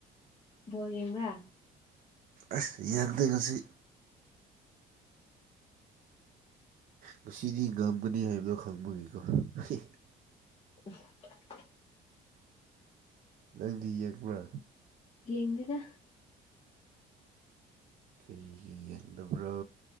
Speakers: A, on the left; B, on the right.
A: ꯕꯣꯜ ꯌꯦꯡꯕ꯭ꯔꯥ
B: ꯑꯁ ꯌꯦꯡꯗꯦ ꯉꯁꯤ ꯉꯁꯤꯗꯤ ꯉꯝꯒꯅꯤ ꯍꯥꯏꯕꯗꯣ ꯈꯪꯕꯒꯤꯀꯣ ꯍꯦ
A: <unintelligible>
B: ꯅꯪꯗꯤ ꯌꯦꯡꯕ꯭ꯔꯥ
A: ꯌꯦꯡꯗꯦꯗ
B: ꯀꯔꯤꯒꯤ ꯌꯦꯡꯗꯕ꯭ꯔꯣ